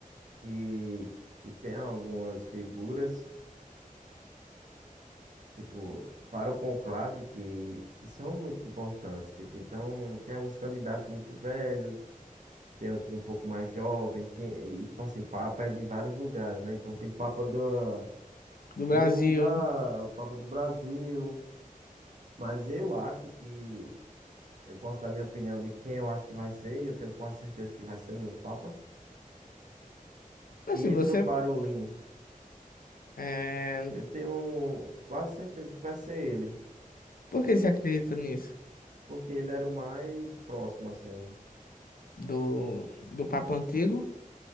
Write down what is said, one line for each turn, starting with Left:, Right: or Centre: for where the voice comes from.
Right: que, que tem algumas figuras, tipo, para o conclave que, que são muito importantes, tipo, então tem alguns candidatos muito velhos, Tem outros um pouco mais jovens, tem, e tipo assim, Papa é de vários lugares, né? Então tem Papa da,
Left: do
Right: de
Left: Brasil?
Right: um lugar, Papa do Brasil. Mas eu acho que, eu posso dar minha opinião de quem eu acho que vai ser, e eu tenho quase certeza que vai ser o novo Papa.
Left: Assim,
Right: Pietro
Left: você,
Right: Parolin.
Left: eh,
Right: Eu tenho quase certeza que vai ser ele,
Left: por que você acredita nisso?
Right: porque ele era o mais próximo, assim.
Left: Do, do Papa antigo?